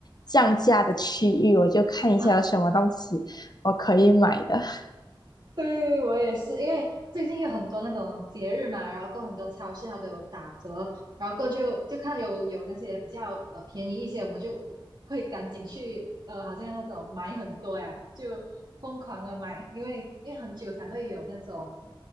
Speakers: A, on the left; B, on the right.
A: 降价的区域，我就看一下有什么东西我可以买的。
B: <laughs> 哦，
A: <laughs>
B: 对，我也是，因为最近有很多那种节日嘛，然后过很多超市它都有打折，然后过就就看有有那些比较呃便宜一些，我们就会赶紧去呃，好像那种买很多呀，就疯狂的买，因为因为很久才会有那种